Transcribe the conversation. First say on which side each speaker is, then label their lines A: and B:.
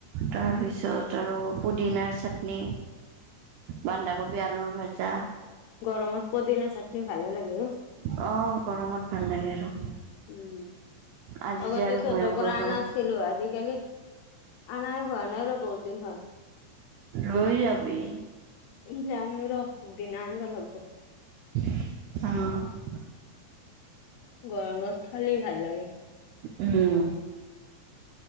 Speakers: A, on the right (about 80°); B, on the left (about 80°).
A: তাৰপিছত আৰু পুদিনাৰ চাটনি বন্ধাকবি আলুৰ ভাজা
B: গৰমত পদিনা চাটনি ভালে লাগে।
A: অ গৰমত ভাল লাগে আৰু।
B: উম
A: আজি
B: আগতে
A: যে আৰু
B: তহঁতৰ
A: ভয়ংকৰ
B: পৰা
A: গৰম।
B: আনা -ছিলো আজিকালি আনাই হোৱা নাই আৰু বহুত দিন হ'ল।
A: লৈ যাবি।
B: উম যাম ৰ, দিনা আনব লাগব।
A: অ'।
B: গৰমত খালেই ভাল লাগে।
A: উম।